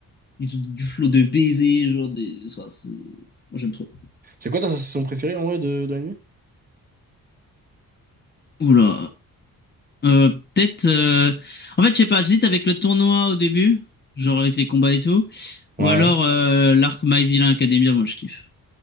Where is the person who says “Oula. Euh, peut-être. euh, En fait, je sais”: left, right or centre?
Left